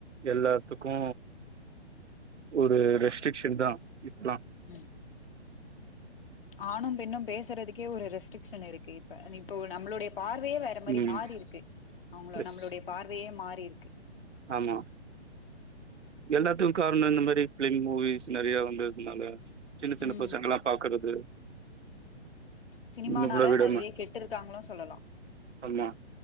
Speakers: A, on the right; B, on the left.
A: எல்லாத்துக்கு ஒரு ரெஸ்ட்ரிக்ஷன் தா இப்பல்லா
B: ம் ஆணும் பெண்ணு பேசுறதுக்கே ஒரு ரெஸ்ட்ரிகீக்ஷன் இருக்கு இப்ப இப்போ நம்மளுடைய பார்வையே வேற அந்த மாரி
A: ம்
B: மாறி இருக்கு அவங்கள
A: எஸ்
B: நம்மளுடைய பார்வையே மாறி இருக்கு
A: ஆமா எல்லாத்துக்கு காரணோ இந்த மாதிரி ஃபிலிம் மூவிஸ் நெறைய வந்ததுனால சின்ன சின்ன
B: ம்
A: பசங்களா பாக்குறது
B: சினிமானால
A: ஒண்ணு கூட விடாம
B: நெறைய கெட்டு இருக்காங்கனு சொல்லலா
A: ஆமா